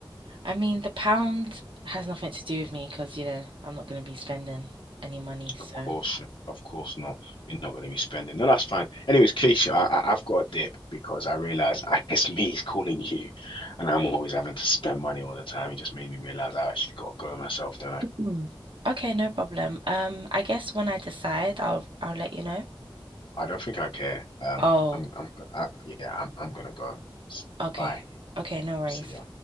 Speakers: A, on the right; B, on the left.
A: I mean, the pound has nothing to do with me because, you know, I'm not going to be spending any money. So,
B: Of course,
A: <laughs>
B: of course not. You're not going to be spending. No, that's fine. Anyways, Keisha, I, I, I've got a dip because I realized I, it's <laughs> me calling you, and I'm always having to spend money all the time. It just made me realize I actually got to go myself, don't I?
A: Mm. okay, no problem. Um, I guess when I decide, I'll I'll let you know.
B: I don't think I care. Um,
A: Oh,
B: I'm, I'm, I, yeah, I'm, I'm gonna go.
A: okay.
B: Bye.
A: Okay, no worries.
B: See ya.